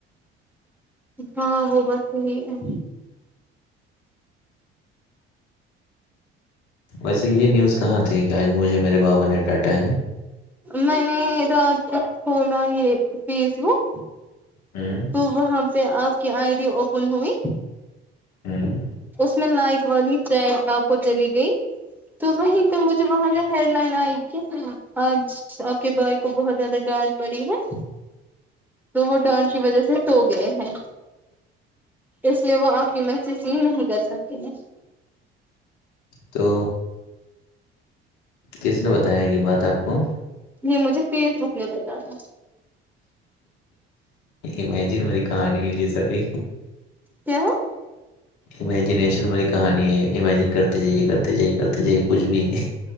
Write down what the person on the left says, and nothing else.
ویسے یہ نیوز کہاں تھی کہ آج مجھے میرے بابا نے ڈانٹا ہے
ہوں
ہوں
تو کس نے بتایا یہ بات آپ کو
امیجن والی کہانی ہو یہ ساری
امیجنییشن والی کہانی ہے امیجن کرتے جاہے کرتے جیے کرتے جیے کچھ بھی